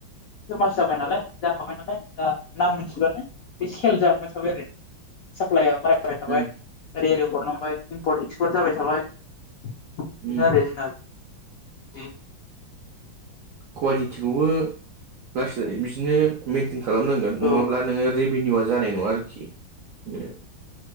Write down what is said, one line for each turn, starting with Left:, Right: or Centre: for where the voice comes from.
Left: फेमास जाबाय नालाय जाखाबाय नालाय दा नाम मोनथिबानो बे सेल जाबाय। थाबाय आरोै साप्लइआ बारायाय थाबाय।
Right: उम
Left: ओरै ओरै हरनांबाय इमपर्ट एक्सपर्ट जाबाय थाबाय बेनो
Right: उम
Left: आरो जोंना बिदि
Right: कुवालिटिखौबो लासै लाै बिदिनो मेइेनटेन खालामनांगोन नङाब्ला
Left: औ
Right: नोङो रि रभिनिउआ जानाय नङा आरोखि बेनो